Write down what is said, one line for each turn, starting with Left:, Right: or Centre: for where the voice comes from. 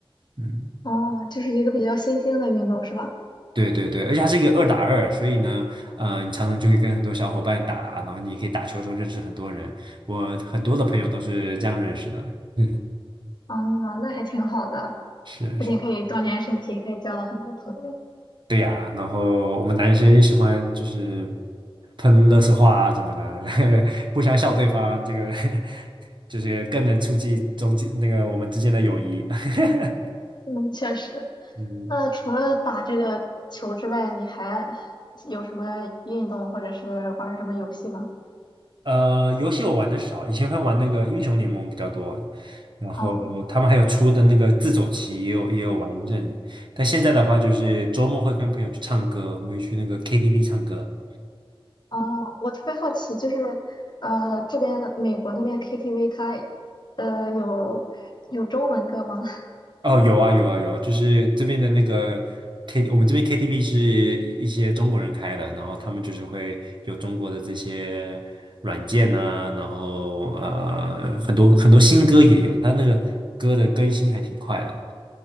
Right: 嗯，
Left: 哦，就是一个比较新兴的运动是吧？
Right: 对对对，而且它是一个二打二，所以呢，呃，你常常就会跟很多小伙伴打，然后你可以打球的时候认识很多人。我很多的朋友都是这样认识的。<laughs>
Left: 啊，那还挺好的，
Right: 是是。
Left: 不仅可以锻炼身体，可以交到很多朋友。
Right: 对呀，然后我们男生也喜欢就是喷垃圾话啊什么的，<laughs> 互相笑对方，这个 <laughs> 就是更能促进中间那个我们之间的友谊。<laughs>
Left: 嗯，确实。
Right: 嗯，
Left: 那除了打这个球之外，你还有什么运动或者是玩什么游戏吗？
Right: 呃，游戏我玩的少，以前会玩那个英雄联盟比较多，然后他们还有出的那个自走棋也有也有玩一阵子但现在的话就是周末会跟朋友去唱歌，
Left: 哦，
Right: 我们会去那个 KTV 唱歌。
Left: 哦，我特别好奇，就是呃，这边美国那边 KTV 它呃有有中文歌吗？
Right: 哦，有啊，有啊，有啊，就是这边的那个 K，我们这边 KTV 是一些中国人开的，然后他们就是会有中国的这些软件呐、然后呃，很多很多新歌也有，他那个歌的更新还挺快的。